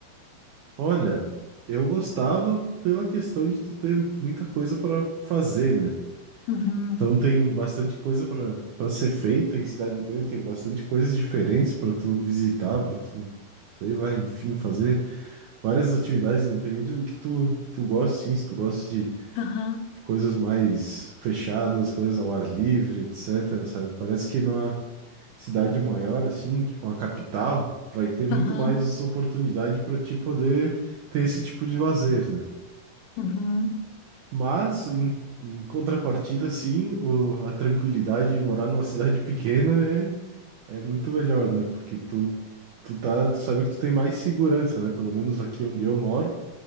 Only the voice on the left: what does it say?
Uhum.
Aham.
Aham.
Uhum.